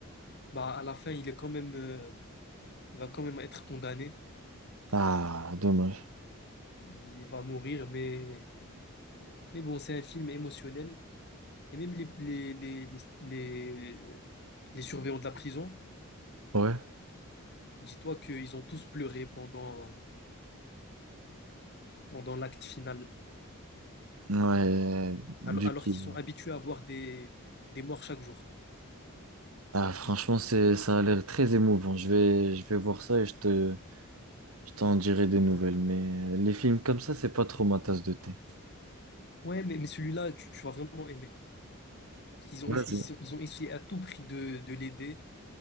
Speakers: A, on the left (about 50°); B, on the right (about 80°).
A: bah, à la fin, il est quand même, euh, il va quand même être condamné.
B: Ah, dommage.
A: Il va mourir, mais, mais bon, c'est un film émotionnel. Et même les, les, les, les, les- les surveillants de la prison,
B: Ouais.
A: dis-toi qu'ils ont tous pleuré pendant, pendant l'acte final,
B: Ouais, du
A: alors, alors
B: coup.
A: qu'ils sont habitués à voir des, des morts chaque jour.
B: Ah, franchement, c'est, ça a l'air très émouvant. Je vais, je vais voir ça et je te, je t'en dirai des nouvelles.
A: Ouais.
B: Mais les films comme ça, c'est pas trop ma tasse de thé.
A: Ouais, mais, mais celui-là, tu, tu vas vraiment aimer. Parce qu'ils ont,
B: Vas-y.
A: ils, ils ont essayé à tout prix de, de l'aider.